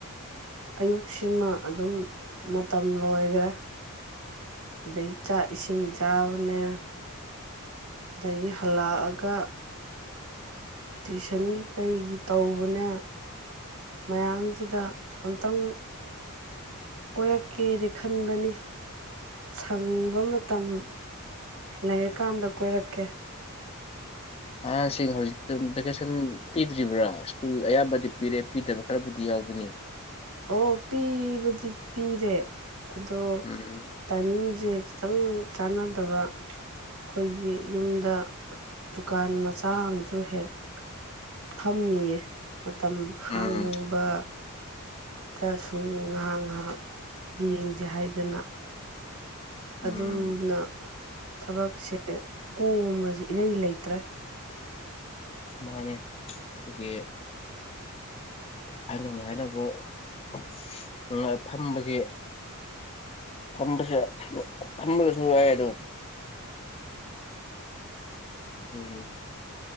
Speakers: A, on the right; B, on the left.
A: ꯑꯌꯨꯛꯁꯤꯃ ꯑꯗꯨꯝ ꯃꯇꯝ ꯂꯣꯏꯈ꯭ꯔꯦ ꯑꯗꯩ ꯆꯥꯛ ꯏꯁꯤꯡ ꯆꯥꯕꯅꯦ ꯑꯗꯒꯤ ꯍꯜꯂꯛꯑꯒ ꯇꯨꯤꯁꯟꯒꯤ ꯀꯔꯤꯒꯤ ꯇꯧꯕꯅꯦ ꯃꯌꯥꯝꯁꯤꯗ ꯑꯝꯇꯪ ꯀꯣꯏꯔꯛꯀꯦꯗꯤ ꯈꯟꯕꯅꯤ ꯁꯪꯕ ꯃꯇꯝ ꯂꯩꯔꯀꯥꯟꯗ ꯀꯣꯏꯔꯛꯀꯦ
B: ꯑꯍꯥꯡꯁꯤꯡ ꯍꯧꯖꯤꯛꯇ ꯚꯦꯀꯦꯁꯟ ꯄꯤꯗ꯭ꯔꯤꯕ꯭ꯔꯥ ꯁ꯭ꯀꯨꯜ ꯑꯌꯥꯝꯕꯗꯤ ꯄꯤꯔꯦ ꯄꯤꯗꯕ ꯈꯔꯕꯨꯗꯤ ꯌꯥꯎꯒꯅꯤ
A: ꯑꯣ ꯄꯤꯕꯗꯤ ꯄꯤꯔꯦ ꯑꯗꯣ
B: ꯎꯝ
A: ꯇꯥꯏꯃꯤꯡꯁꯦ ꯈꯤꯇꯪ ꯆꯥꯟꯅꯗꯕ ꯑꯩꯈꯣꯏꯒꯤ ꯌꯨꯝꯗ ꯗꯨꯀꯥꯟ ꯃꯆꯥ ꯑ ꯑꯃꯁꯨ ꯍꯦꯛ ꯊꯝꯃꯤꯌꯦ ꯃꯇꯝ ꯍꯥꯡꯕ
B: ꯎꯝ
A: ꯗ ꯁꯨꯝ ꯉꯥꯏꯍꯥꯛ ꯉꯥꯏꯍꯥꯛ ꯌꯦꯡꯖꯦ ꯍꯥꯏꯗꯅ
B: ꯎꯝ
A: ꯑꯗꯨꯅ ꯊꯕꯛꯁꯦ ꯀꯣꯝꯕꯁꯤꯦ ꯏꯔꯩ ꯂꯩꯇ꯭ꯔꯦ
B: ꯃꯥꯅꯦ ꯀꯒꯤ ꯍꯥꯏꯅꯤꯡ ꯍꯥꯏꯅꯕꯉꯥꯏ ꯐꯝꯕꯒꯤ ꯐꯝꯕꯁꯦ ꯐꯝꯕꯒꯁꯨ ꯋꯥꯏ ꯑꯗꯣ ꯎꯝ